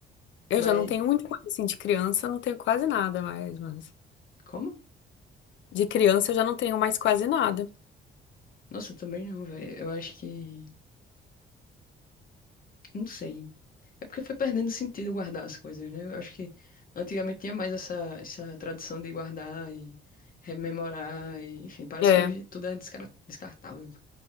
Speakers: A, on the left (about 70°); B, on the left (about 45°).
A: Eu
B: Mas
A: já não tenho muita coisa assim de criança, eu não tenho quase nada mais, mas
B: como?
A: de criança eu já não tenho mais quase nada.
B: Nossa, eu também não, velho. Eu acho que. Não sei. É porque foi perdendo sentido guardar as coisas, né? Eu acho que antigamente tinha mais essa, essa tradição de guardar e rememorar, e, enfim, parece
A: É,
B: que hoje tudo é descara- descartável,